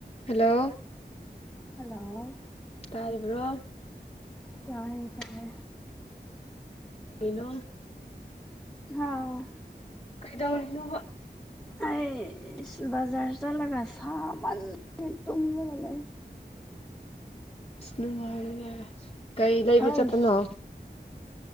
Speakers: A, on the left (about 40°); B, in the centre.
A: ꯍꯂꯣ
B: ꯍꯜꯂꯣ
A: ꯇꯥꯔꯤꯕꯣ
B: ꯇꯔꯔꯤꯇꯥꯔꯦ
A: ꯀꯩꯅꯣꯜ
B: ꯍꯥꯎ
A: ꯏꯅꯣ ꯋꯥ
B: ꯑꯩ ꯖꯥ ꯆꯂꯒꯒ ꯆꯃꯥꯟ ꯇ ꯂꯒ ꯂꯩ
A: ꯅꯨꯡꯉꯥꯏꯔ ꯀꯩ ꯂꯩꯕ
B: ꯑꯩꯁ
A: ꯆꯠꯄꯅꯣ